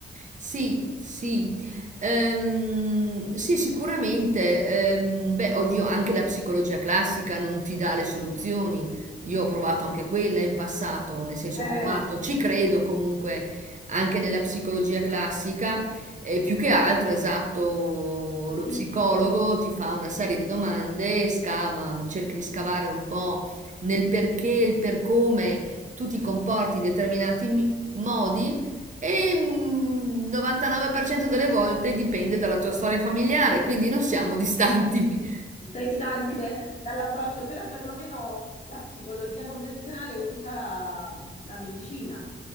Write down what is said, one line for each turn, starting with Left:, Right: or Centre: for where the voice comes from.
Right: Sì, sì, Ehm, sì, sicuramente. Ehm, beh, oddio, anche la psicologia classica non ti dà le soluzioni. Io ho provato anche quella in passato, nel senso
Left: Eh,
Right: ho provato, ci credo comunque anche nella psicologia classica. E più che altro, esatto,
Left: sì.
Right: lo psicologo
Left: Mm.
Right: ti fa una serie di domande, scava, cerchi di scavare un po' nel perché, il per come tu ti comporti in determinati mi- modi e mm, 99% delle volte dipende dalla tua storia familiare, quindi non siamo distanti.
Left: sei istanti de- dall'approccio, però perlomeno la psicologia convenzionale usa la medicina,